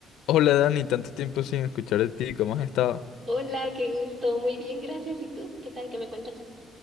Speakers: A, on the left (about 75°); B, on the right (about 30°).
A: Hola Dani, tanto tiempo sin escuchar de ti, ¿cómo has estado?
B: Hola, qué gusto. Muy bien, gracias. ¿Y tú? ¿Qué tal? ¿Qué me cuentas?